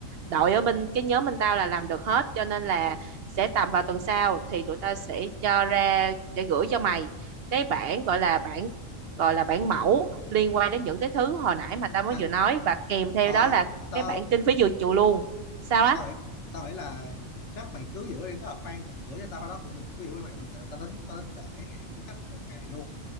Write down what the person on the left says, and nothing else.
à,
ờ,
tao
tao nghĩ tao nghĩ là chắc mày cứ giữ đi cứ là khoan gửi cho tao cái đó cũng được cứ giữ bên mày cũng được tại vì tao tính tao tính để hẹn với khách một ngày luôn